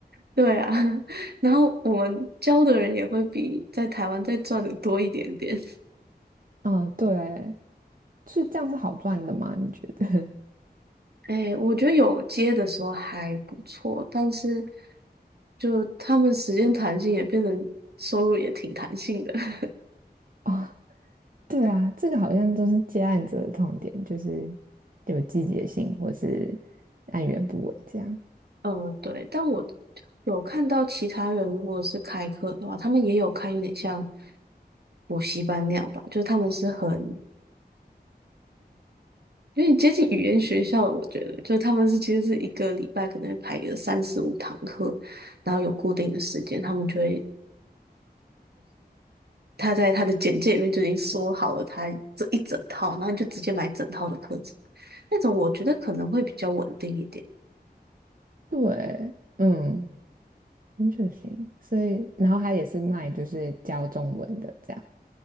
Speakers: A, on the right (about 70°); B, on the right (about 55°).
A: 对啊，<laughs> 然后我们教的人也会比在台湾再赚的多一点点。<laughs>
B: 啊，对，是这样是好赚的吗？你觉得？
A: 哎，我觉得有接的时候还不错，但是就他们时间弹性也变成收入也挺弹性的。<laughs>
B: <laughs> 啊，对啊，这个好像都是接案者的痛点，就是有季节性或是按源不稳这样。
A: 嗯，对，但我有看到其他人如果是开课的话，他们也有开有点像补习班那样吧，就他们是很因为接近语言学校，我觉得就是他们是其实是一个礼拜可能会排个三四五堂课，然后有固定的时间，他们就会他在他的简介里面就已经说好了他这一整套，然后你就直接买整套的课程，那种我觉得可能会比较稳定一点。
B: 对，嗯，interesting。所以，然后他也是卖就是教中文的这样。